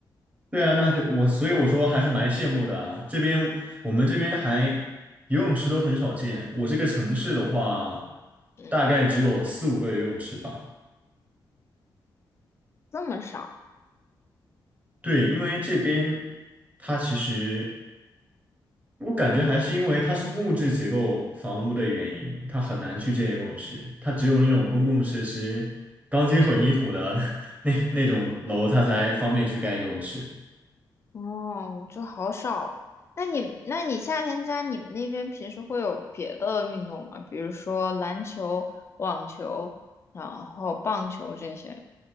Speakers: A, on the right (about 20°); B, on the left (about 30°).
A: 对啊，那这我所以我说还是蛮羡慕的啊。这边我们这边还游泳池都很少见，我这个城市的话，
B: 嗯，
A: 大概只有四五个游泳池吧。
B: 这么少
A: 对，因为这边它其实我感觉还是因为它是木质结构房屋的原因，它很难去建游泳池，它只有那种公共设施钢筋混凝土的 <laughs> 那那种楼，它才方便去盖游泳池。
B: 哦，我就好少。那你那你夏天家你们那边平时会有别的运动吗？比如说篮球、网球，然后棒球这些？